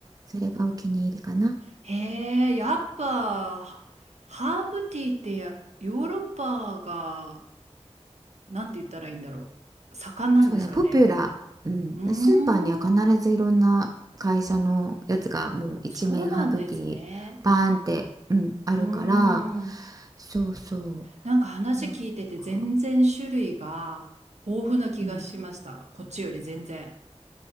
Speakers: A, on the right; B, on the right.
A: それがお気に入りかな。
B: へえやっぱハーブティーってやヨーロッパがなんて言ったらいいんだろう盛んなんですかね
A: そうね、ポピュラー、
B: うーん
A: うん、スーパーには必ずいろんな会社のやつがもう一面ハーブティーバーンって、
B: そうなんですね。
A: うん、あるから、
B: うーん。
A: そうそ
B: なんか話聞いてて全然種類が豊富な気がしました。
A: う、なんか、うん、
B: こっちより全然。